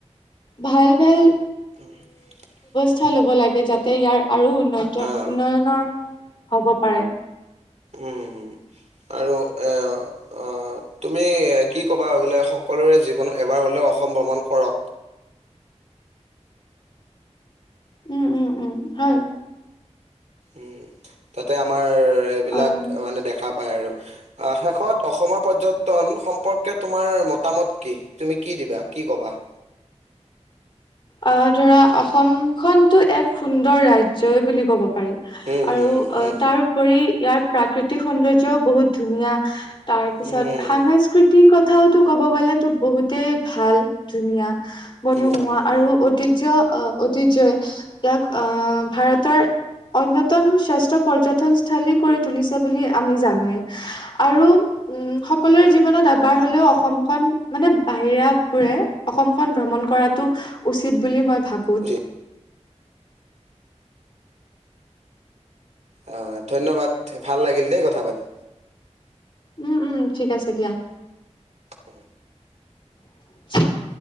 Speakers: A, on the left (about 45°); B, on the right (about 70°).
A: ভাল-ভাল
B: <inaudible>
A: <unintelligible> ল'ব লাগে, যাতে ইয়াৰ আৰু উন্নত
B: অ'।
A: উন্নয়নৰ হ'ব পাৰে।
B: উম, আৰু এ অ, তুমি কি ক'বা, বোলে সকলোৰে জীৱন এবাৰ হ'লেও অসম ভ্ৰমণ কৰক।
A: উম, উম, উম, হয়।
B: উম, যাতে আমাৰ এইবিলাক
A: অ
B: মানে দেখা পায় আৰু। অ, শেষত অসমৰ পৰ্যটন সম্পৰ্কে, তোমাৰ মতামত কি? তুমি কি দিবা, কি কবা?
A: আহ ধৰা অসমখনতো এক সুন্দৰ ৰাজ্যই বুলি ক'ব পাৰি।
B: উম
A: আৰু
B: হম
A: অ
B: উম
A: তাৰ উপৰি ইয়াৰ প্ৰাকৃতিক সৌন্দৰ্যও বহুত ধুনীয়া। তাৰ পিছত
B: উম
A: সাংস্কৃতিৰ কথাওতো ক'ব গ'লেতো বহুতেই ভাল। ধুনীয়া মনোমোহা
B: উম উম উম
A: ঐতিজ্য আহ ঐতিজ্যই ইয়াক আহ ভাৰতৰ। অন্যতম শ্ৰেষ্ঠ পৰ্যটনস্থলী কৰি তুলিছে বুলি আমি জনোৱে আৰু উম। সকলোৰে জীৱনত আবাৰ হ'লেও অসমখনন মানে বাহিৰা বোৰে অসমখন ভ্ৰমণ কৰাত। টো উচিত বুলি মই ভাবোত।
B: উচিত আ ধন্যবাদ ভাল লাগিল দেই কথা পাতি।
A: উম উম ঠিক আছে দিয়া।
B: উম।
A: <unintelligible>